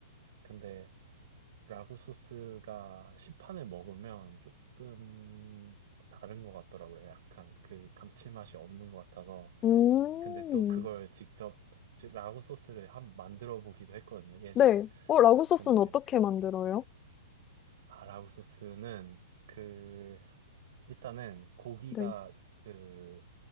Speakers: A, on the right; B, on the left.
A: 근데 라구 소스가 시판을 먹으면 조금 다른 것 같더라고요. 약간 그 감칠맛이 없는 것 같아서.
B: 음,
A: 근데 또 그걸 직접 즉 라구 소스를 한 만들어 보기도 했거든요. 예전에.
B: 네. 어, 라구 소스는
A: 근데
B: 어떻게 만들어요?
A: 아, 라구 소스는 그 일단은 고기가
B: 네.
A: 그